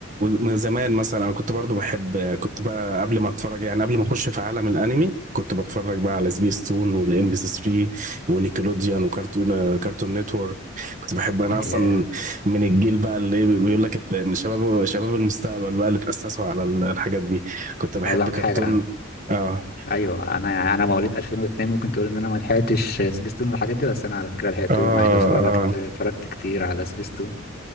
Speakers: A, on the right; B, on the left.
A: من زمان مثلا انا كنت برضو بحب كنت بقى قبل ما اتفرج يعني قبل ما اخش في عالم الانمي كنت بتفرج بقى على سبيس تون والام بي سي 3 ونيكلوديان وكارتون كارتون نتورك كنت بحب انا
B: آه،
A: اصلا من الجيل بقى اللي إيه بيقول لك الت- إن شباب شباب المستقبل بقى اللي تأسسوا على ال- الحاجات دي كنت بحب
B: اقول لك
A: كرتون
B: حاجة
A: اه
B: ايوه انا انا مواليد 2002 ممكن تقول ان انا ما لحقتش سبيستون والحاجات دي بس انا على فكره لحقتهم
A: اه آه.
B: عادي اتفرجت اتفرجت كتير على سبيستون